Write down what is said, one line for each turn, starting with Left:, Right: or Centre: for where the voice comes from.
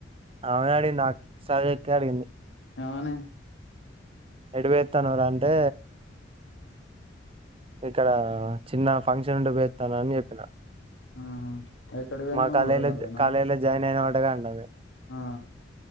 Right: ఆమెనె అడిగింది ఆ అక్ సౌజక్కే అడిగింది
Left: ఎమని
Right: ఎడు వొయొత్తానవ్ రా అంటే ఇక్కడా చిన్న ఫంక్షన్ ఉంటె వొయొత్తాన అని చెప్పిన
Left: ఆహా ఎక్కడికి పోయినావ్
Right: మా కలేజిలో
Left: నువ్వు వరంగల్ పోయినావా
Right: కాలేజిలో జాయిన్ అయినవటగా అంటాంది
Left: ఆ